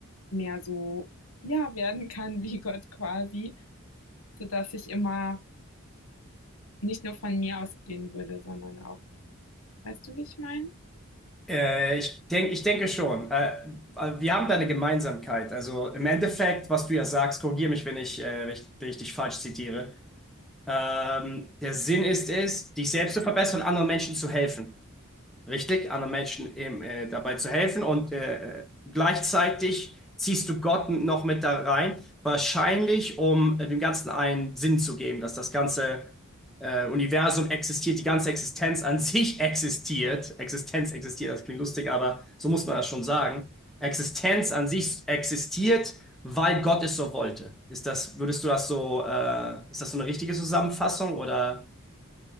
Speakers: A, on the left (about 85°); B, in the centre.
A: mehr so, ja, werden kann <laughs> wie Gott quasi, sodass ich immer nicht nur von mir ausgehen würde, sondern auch, weißt du, wie ich meine?
B: Äh, ich denke, ich denke schon. Äh, äh, wir haben da eine Gemeinsamkeit. Also im Endeffekt, was du ja sagst, korrigiere mich, wenn ich, äh, wenn ich, wenn ich dich falsch zitiere. Ähm, der Sinn ist es, dich selbst zu verbessern und anderen Menschen zu helfen. Richtig, anderen Menschen eben, äh, dabei zu helfen und äh, gleichzeitig ziehst du Gott noch mit da rein, wahrscheinlich um äh, dem Ganzen einen Sinn zu geben, dass das ganze äh, Universum existiert, die ganze Existenz an <laughs> sich existiert. Existenz existiert, das klingt lustig, aber so muss man das schon sagen. Existenz an sich existiert, weil Gott es so wollte. Ist das, würdest du das so, äh, ist das so eine richtige Zusammenfassung oder?